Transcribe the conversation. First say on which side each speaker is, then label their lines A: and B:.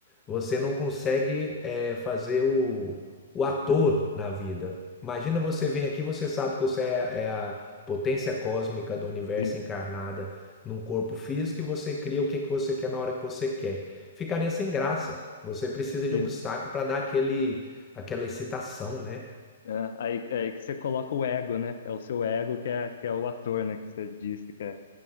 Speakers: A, on the left (about 20°); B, on the left (about 60°).
A: você não consegue eh, fazer o, o ator na vida. Imagina você vir aqui, você sabe que você é, é a potência cósmica do universo
B: Sim,
A: encarnada num corpo físico e você cria o que que você quer na hora que você quer. Ficaria sem graça. Você precisa de
B: sim.
A: obstáculo para dar aquele, aquela excitação, né?
B: É, aí, é aí que você coloca o ego, né? É o seu ego que é, que é o ator, né? Que você disse que é,